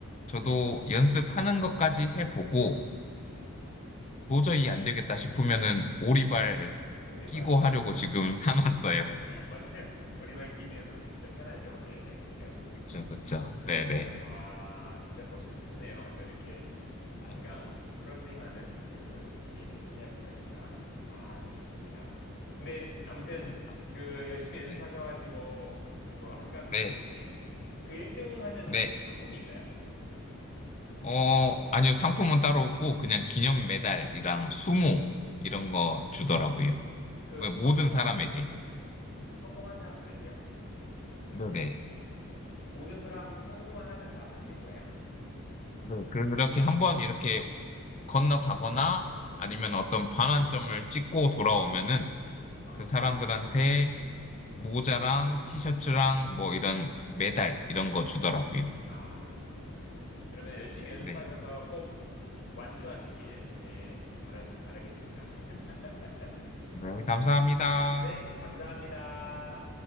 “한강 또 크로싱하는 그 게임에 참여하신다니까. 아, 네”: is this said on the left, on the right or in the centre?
Left